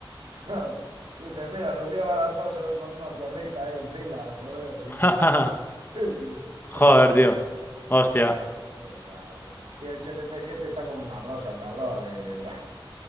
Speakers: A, on the right; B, on the left.
A: Claro. Y dice, mira, los lleva a todos eh, con una cuerdita ahí en fila, joder.
B: <laughs>
A: <laughs> Sí, sí. <laughs>
B: Joder, tío. Hostia.
A: Sí, vaya. Tiene 77, está como una rosa el cabrón. eh, bah.